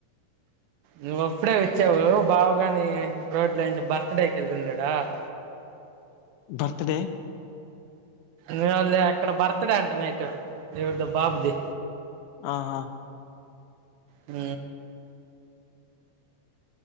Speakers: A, on the right; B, on the left.
A: నువ్్వ అప్పుడే వచ్చావు బావుగాని రోడ్ల నుంచి బర్త్డేకి వెళ్ళిన్నాడా ఆ
B: బర్త్ డే
A: నుళ్ళ అక్కడ బర్త్డే అంట నైట్ ఎవరిదో బాబుది
B: ఆహా
A: ఆ